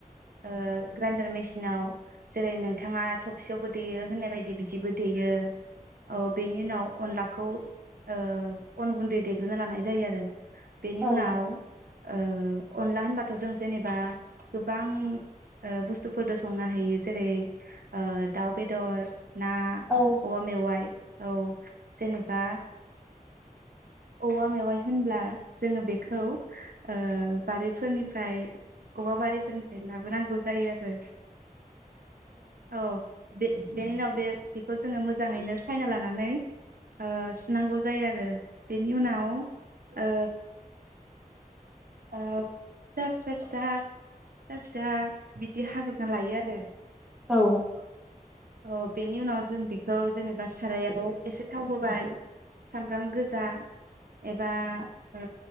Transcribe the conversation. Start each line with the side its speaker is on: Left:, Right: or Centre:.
Right: ओ ग्रेण्डार मेसिनाव जेरै नों बिथाङा थबसियावबो दैयो होननाय बायदि बिदिबो देयो औ बेनि उनाव अनला खौ ओ अन गुन्दै देग्रोना लानाय जायो आरो बेनि
Centre: औ
Right: उनाव ओ अनला होनबाथ' जों जेनेबा गोबां ओ बुस्थुफोरजों संनो हायो जेरै- ओ दाउ बेदर ना
Centre: औ
Right: औवा मेवाइ औ जेनेबा औवा मेवाइ होनब्ला जोङो बेखौ ओ बारिफोरनिफ्राय औवा बारिफोरनिफ्राय लाबोनांगौ जायो आरो औ बे-बेनि उनाव बे बेखौ जोङो मोजाङैनो सायना लानानै ओ सुनांगौ जायो आरो बेनि उनाव ओ ओ फिसा फिसा फिसा फिसा फिसा बिदि हाग्रोना लायो आरो।
Centre: औ
Right: अ बेनि उनाव जों बेखौ जेनेबा सारायाव एसे थाव होबाय सामब्राम गोजा एबा ओ